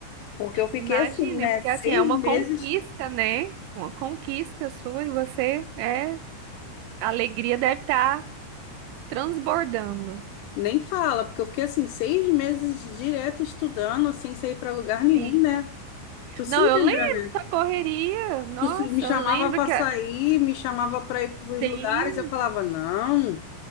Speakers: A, on the left; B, on the right.
A: porque eu fiquei
B: imagina,
A: assim, né?
B: porque
A: Seis
B: assim, é uma
A: meses.
B: conquista, né? Uma conquista sua e você, é, a alegria deve estar transbordando.
A: Nem fala, porque eu fiquei assim, seis meses direto estudando, sem sair para lugar nenhum,
B: Sim.
A: né? Tu se
B: Não, eu
A: lembra,
B: lembro
A: né?
B: da correria. Nossa,
A: Eu se- Me chamava
B: eu lembro
A: para
B: que
A: sair,
B: a-
A: me chamava para ir para os
B: tem
A: lugares, eu falava, não,